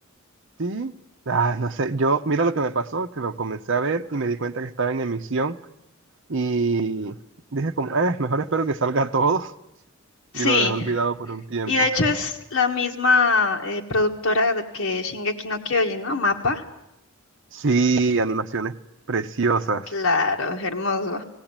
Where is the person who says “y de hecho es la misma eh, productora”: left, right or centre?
Left